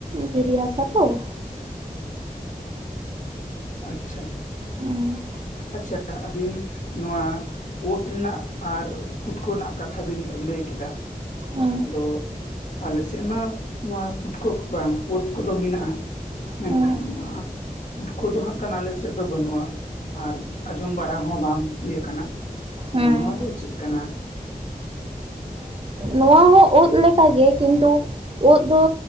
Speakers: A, on the right; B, on the left.
A: ᱫᱷᱤᱨᱤ ᱦᱟᱥᱟ ᱛᱚ᱾
B: ᱟᱪᱷᱟ
A: ᱦᱩᱸ
B: ᱟᱪᱷᱟ ᱟᱹᱵᱤᱱ ᱱᱚᱣᱟ ᱠᱳᱴ ᱨᱮᱱᱟᱜ ᱟᱨ ᱯᱩᱴᱠᱟᱹᱣ ᱨᱮᱱᱟᱜ ᱠᱟᱛᱷᱟ ᱵᱮᱤᱱ ᱞᱟᱹᱭ ᱠᱮᱫᱟ
A: ᱦᱩᱸ
B: ᱟᱫᱚ᱾ ᱟᱞᱮ ᱥᱮᱫ ᱢᱟ ᱱᱚᱣᱟ ᱯᱩᱴᱠᱟᱹ ᱵᱟᱝ ᱚᱛ ᱠᱚᱫᱚ ᱢᱮᱱᱟᱜᱼᱟ ᱢᱮᱱᱠᱷᱟᱱ
A: ᱦᱩᱸ
B: ᱱᱚᱣᱟ ᱠᱚ ᱫᱚ ᱦᱟᱜ ᱠᱟᱱᱟ ᱟᱞᱮ ᱥᱮᱫ ᱫᱚ ᱵᱟᱹᱱᱩᱜᱼᱟ ᱟᱨ, ᱟᱸᱡᱚᱢ ᱵᱟᱲᱟ ᱦᱚᱸ ᱵᱟᱝ ᱦᱩᱭ ᱟᱠᱟᱱᱟ
A: ᱦᱩᱸ
B: ᱱᱚᱣᱟ ᱫᱚ ᱪᱮᱫ ᱠᱟᱱᱟ?
A: ᱱᱚᱣᱟ ᱦᱚᱸ ᱩᱫ ᱞᱮᱠᱟᱜᱮ ᱠᱤᱱᱛᱩ᱾ ᱩᱫ ᱫᱚ